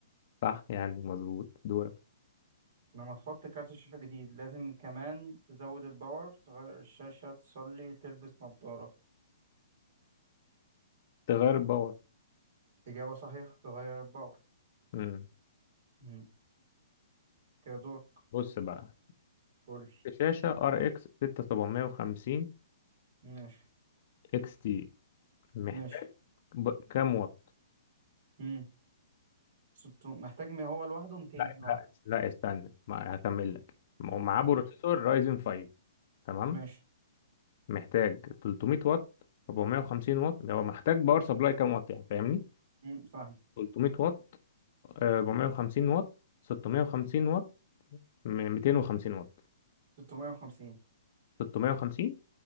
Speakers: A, on the left (about 50°); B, on the right (about 55°).
A: صح يعني مظبوط دورك
B: لما تحط كارت شاشة جديد لازم كمان تزود الباور تغير الشاشة تصلي تلبس نظارة
A: تغير باور
B: إجابة صحيحة تغير الباور
A: مم.
B: مم. كده دور
A: بص بقى
B: قولي
A: شاشة ار اكس 6750
B: ماشي
A: اكس تي محتاج
B: ماشي
A: ب... كام واط
B: مم. ست... محتاج ما هو لوحده 200
A: لا
B: نقط
A: لا لا استنى ما هكمل لك ومعاه
B: قولي
A: بروسيسور رايزن 5 تمام
B: ماشي
A: محتاج 300 واط 450 واط يعني هو محتاج باور سبلاي كام واط يعني فاهمني
B: مم. فاهم
A: 300 واط آه، 450 واط 650 واط م- 250 واط
B: 650
A: 650